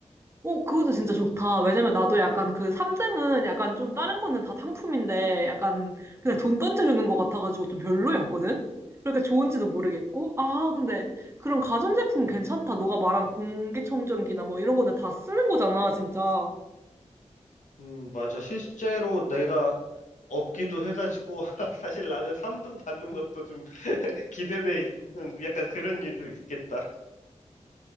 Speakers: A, on the right; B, on the left.
A: 어, 그것도 진짜 좋다. 왜냐면 나도 약간 그 3등은 약간 좀 다른 거는 다 상품인데 약간 그냥 돈 던져주는 것 같아가지고 좀 별로였거든? 그렇게 좋은지도 모르겠고. 아, 근데 그런 가전제품 괜찮다. 너가 말한 공기청정기나 뭐 이런 거는 다 쓰는 거잖아, 진짜.
B: 음, 맞아. 실제로 내가 없기도 해가지고 <laughs> 사실 나는 3등 받는 것도 좀 <laughs> 기대돼 있는 약간 그런 일도 있겠다.